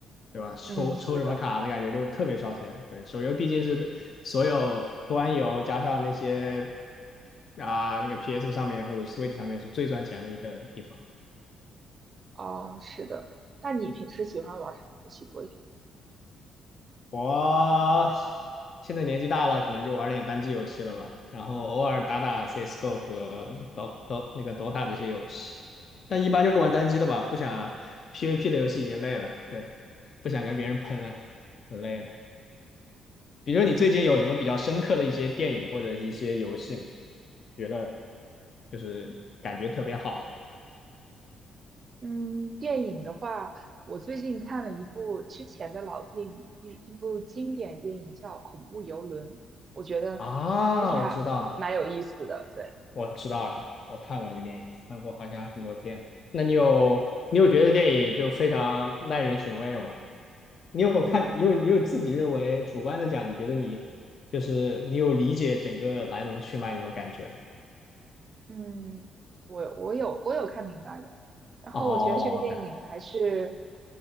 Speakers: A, on the left; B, on the right.
A: 对吧？抽抽什么卡的感觉就特别烧钱。
B: 嗯，是的，
A: 对，手游毕竟是所有端游加上那些啊、那个 PS 上面或者 Switch 上面是最赚钱的一个地方。
B: 哦，是的。那你平时喜欢玩什么游戏多一点？
A: 我现在年纪大了，可能就玩点单机游戏了吧，然后偶尔打打 CS:GO 和 Do Do 那个 Dota 这些游戏，但一般就是玩单机的吧，不想 PVP 的游戏已经累了，对，不想跟别人喷了，很累了。比如你最近有什么比较深刻的一些电影或者一些游戏吗
B: 嗯
A: 觉得就是感觉特别好的
B: 嗯，电影的话，我最近看了一部之前的老电影，一一部经典电影叫《恐怖游轮》，我觉得
A: 啊？
B: 就是还蛮有意思的。
A: 我知道，
B: 对。
A: 我知道哎，我看过那个电影，看过好像很多遍。那你有你有觉得电影就非常耐人寻味吗？你有看你有你有自己认为主观的讲，你觉得你就是你有理解整个来龙去脉那种感觉吗？
B: 嗯，我我有我有看明白的，然后我觉得这个电影还是
A: 哦，OK，